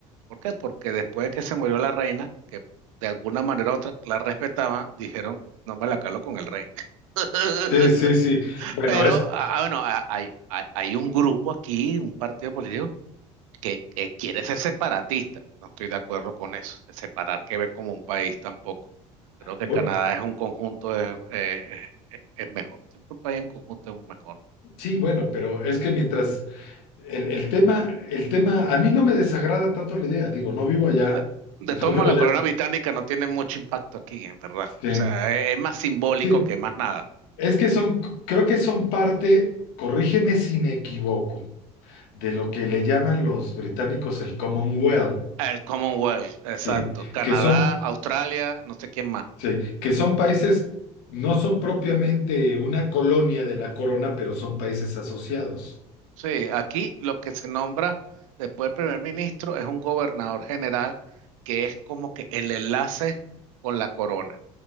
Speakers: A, on the right (about 80°); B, on the left (about 75°).
A: ¿Por qué? Porque después de que se murió la reina, que de alguna manera u otra la respetaban, dijeron, no me la calo con el rey. <laughs>
B: Sí, sí, sí. Bueno,
A: Pero,
B: es,
A: ah, ah, bueno, ah, hay, hay, hay un grupo aquí, un partido político, que, que quiere ser separatista. No estoy de acuerdo con eso, de separar Quebec como un país tampoco. Creo que
B: bueno,
A: Canadá es un conjunto, es, eh, es- es mejor. Siempre un país en conjunto es mejor.
B: sí, bueno, pero es que mientras el, el tema, el tema, a mí no me desagrada tanto la idea, digo, no vivo allá,
A: Pe-
B: <laughs>
A: De
B: no
A: todos
B: vivo
A: modos, la
B: allá.
A: corona británica no tiene mucho impacto aquí, en verdad.
B: Sí.
A: O sea, es es más simbólico
B: Sí,
A: que más nada.
B: es que son, creo que son parte, corrígeme si me equivoco, de lo que le llaman los británicos el Commonwealth,
A: El Commonwealth, exacto.
B: sí,
A: Canadá,
B: que son,
A: Australia, no sé quién más.
B: sí, que son países, no son propiamente una colonia de la corona, pero son países asociados.
A: Sí, aquí lo que se nombra después del primer ministro es un gobernador general que es como que el enlace con la corona.